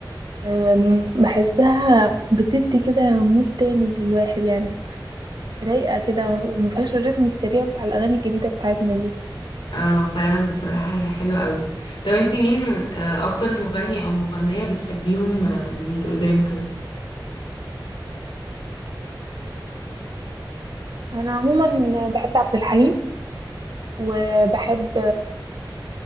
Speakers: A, on the right; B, on the left.
A: أم، بحسها بتدي كده مود تاني للواحد يعني رايقة كده ومفيهاش الريتم السريع بتاع الأغاني الجديدة بتاعتنا دي
B: اه فعلا بصراحة هي حلوة قوي طب انت مين من آه، اكتر مغني او مغنية بتحبيهم آه، من القدام كده
A: أنا عموما بحب عبد الحليم وبحب